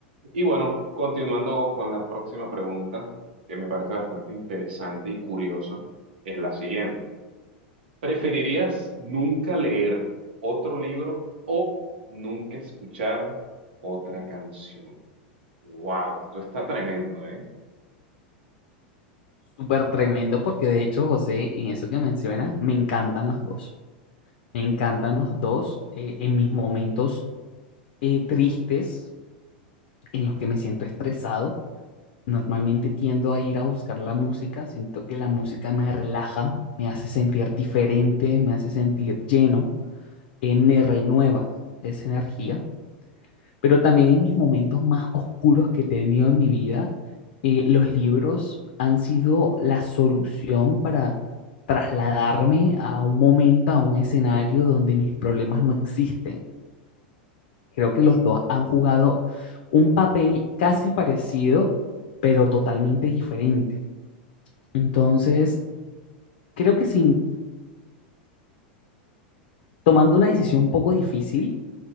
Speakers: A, on the right; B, on the left.
A: Y bueno, continuando con la próxima pregunta, que me parece bastante interesante y curiosa, es la siguiente. ¿Preferirías nunca leer otro libro o nunca escuchar otra canción? Wow, esto está tremendo, ¿eh?
B: Súper tremendo porque de hecho, José, en eso que mencionas, me encantan los dos. Me encantan los dos eh, en mis momentos eh, tristes, en los que me siento estresado. Normalmente tiendo a ir a buscar la música, siento que la música me relaja, me hace sentir diferente, me hace sentir lleno, eh, me renueva esa energía. pero también en mis momentos más oscuros que he tenido en mi vida, eh, los libros han sido la solución para trasladarme a un momento, a un escenario donde mis problemas no existen. Creo que los dos han jugado un papel casi parecido, pero totalmente diferente. Entonces, creo que sin tomando una decisión un poco difícil,